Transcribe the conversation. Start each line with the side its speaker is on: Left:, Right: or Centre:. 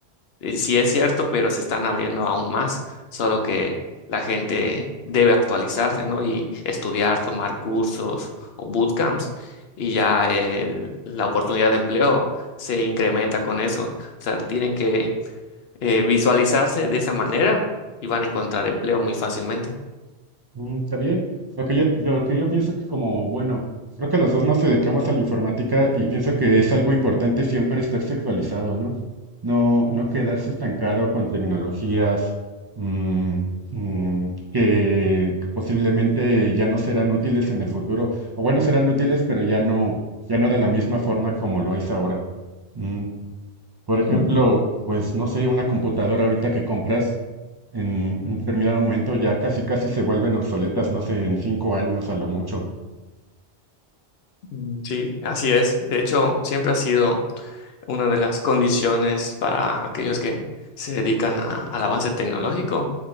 Left: eh, Sí es cierto, pero se están abriendo aún más, solo que la gente debe actualizarse, ¿no? Y estudiar, tomar cursos o bootcamps, y ya el- la oportunidad de empleo se incrementa con eso. O sea, tienen que eh, visualizarse de esa manera y van a encontrar empleo muy fácilmente.
Right: Mm, También, lo que yo, yo- lo que yo pienso es que como, bueno, creo que los dos nos dedicamos a la informática y pienso que es algo importante siempre estar sexualizado, ¿no? No, no quedarse estancado con tecnologías mm, mm, que, que posiblemente ya no serán útiles en el futuro, o bueno, serán útiles, pero ya no, ya no de la misma forma como lo es ahora. Mm, por ejemplo,
Left: Mm.
Right: pues no sé, una computadora ahorita que compras en un determinado momento ya casi casi se vuelven obsoletas, no sé, en cinco años a lo mucho.
Left: Mm, Sí, así es. De hecho, siempre ha sido Una de las condiciones para aquellos que se dedican a- al avance tecnológico,